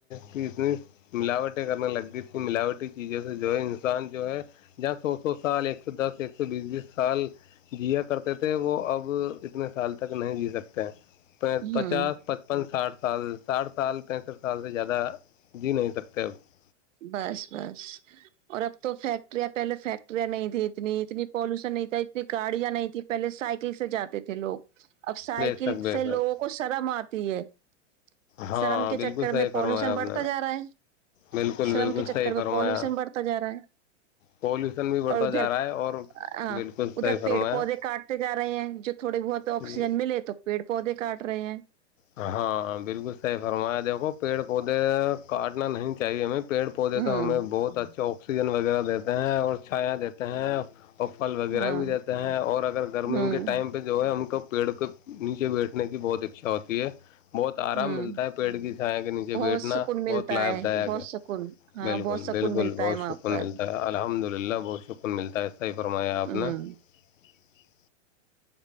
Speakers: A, on the left; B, on the right.
A: کی اتنی ملاوٹ <unintelligible> کرنے لگتی تھی ملاوٹی <unintelligible> کیی جے سے جو ہے انسان جو ہے <unintelligible> جہاں سو سو سال ایک سو دس ایک سو بیس بیس سال جیا کرتے تھے وہ اب اتنے سال تک نہیں جی سکتے پ پچاس
B: ہوں
A: پچپن ساٹھ سال ساٹھ سال پینسٹھ سال سے زیادہ جی نہیں سکتے اب <unintelligible>
B: بس بس اور اب تو فیکٹریاں پہلے فیکٹریاں نہیں تھھی اتنی اتنی پالوشن نہیں تھا ہےے گاڑیا نہیں <unintelligible> کہ پہلے سائیکل سے جاتے تھے لوگ <unintelligible> اب سائیکل
A: بے شک بے
B: سے
A: شک
B: لوگوں کو شرم آتا ت ہے <unintelligible>
A: ہاں
B: شرم کے
A: بالکل
B: چکر
A: صحیح
B: میں
A: فرمایا
B: پالوشن
A: آپ
B: بڑھتا
A: نے
B: جا رہا ہے
A: بالکل
B: شرم
A: بالکل
B: کے چکر
A: صحیح
B: میں
A: فرمایا
B: پالوشن بڑھتا جا رہا ہے
A: پولوشن بھی بڑھتا
B: اور ادھر
A: جا رہا ہے اور
B: ہاں
A: بالکل
B: ادھر
A: صحیح فرمایا
B: پیڑ پودے کاٹتے جا رہے ہیں جو تھوڑے بہت آکسیجن
A: جی
B: ملے تو پیڑ پودے کاٹ رہے ہیں
A: ہاں بالکل صحیح فرمایا دیکھو پیڑ پودے کاٹنا نہیں چاہیے ہمیں <unintelligible> پیڑ پودے
B: ہوں
A: تو ہمیں بہت اچھا آکسیجن وغیرہ دیتے ہیں اور چھایاں دیتے ہیں اور پھل وغیرہ
B: ہاں
A: بھی دیتے ہیں اور اگر گرمی
B: ہوں
A: کے ٹائم پہ جو ہے ہم کو <unintelligible> پیڑ کے نیچے بیٹھے <unintelligible> نے کی بہت اچھا ہوتی ہے <unintelligible> بہت آرام
B: ہوں
A: ملتا ہے پیڑ کی چھائے کے نیچے
B: بہت
A: بیٹھنا
B: سکون ملتا
A: بہت لابھ دایک
B: بہت
A: ہے
B: سکون ہاں
A: بالکل
B: بہت سکون
A: بالکل
B: ملتا
A: بہت
B: ہے
A: شکر
B: وہاں پر
A: ملتا ہے الحمد للہ اللہ بہت شکر ملتا ہے <unintelligible> صحیح فرمایا آپ
B: ہ
A: نے <unintelligible>